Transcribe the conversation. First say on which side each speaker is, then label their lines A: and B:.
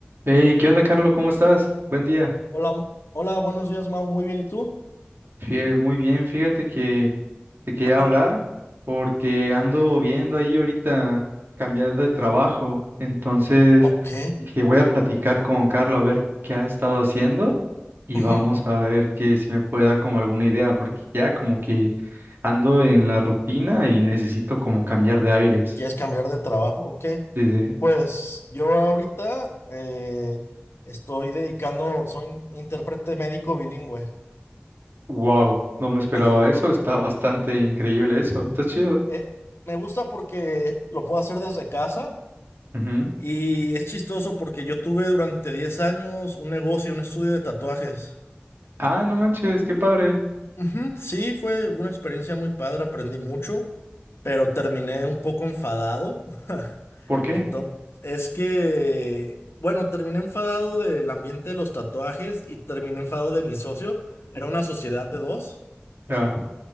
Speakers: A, on the right; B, on the left.
A: Hey, ¿qué onda, Carlos? ¿Cómo estás? Buen día.
B: Hola, hola, buenos días, Mau. Muy bien, ¿y tú?
A: Fie- muy bien, fíjate que te quería
B: Ajá,
A: hablar porque ando viendo ahí ahorita cambiar de trabajo. Entonces
B: ok.
A: dije, voy a platicar con Carlos a ver qué ha estado haciendo y
B: ujú,
A: vamos a ver que si me puede dar como alguna idea, porque ya como que ando en la rutina y necesito como cambiar de aires.
B: ¿Quieres cambiar de trabajo? Ok.
A: Dice,
B: Pues yo ahorita eh, estoy dedicando, soy in- intérprete médico bilingüe.
A: wow, no me esperaba
B: Ah,
A: eso, está bastante increíble eso, está chido.
B: eh, me gusta porque lo puedo hacer desde casa
A: Ujú.
B: y es chistoso porque yo tuve durante 10 años un negocio, un estudio de tatuajes.
A: Ah, no manches, qué padre.
B: Ujú, Sí, fue una experiencia muy padre, aprendí mucho, pero terminé un poco enfadado
A: ¿Por qué?
B: Entonces, es que, bueno, terminé enfadado del ambiente de los tatuajes y terminé enfadado de mi socio. Era una sociedad de dos
A: Ah,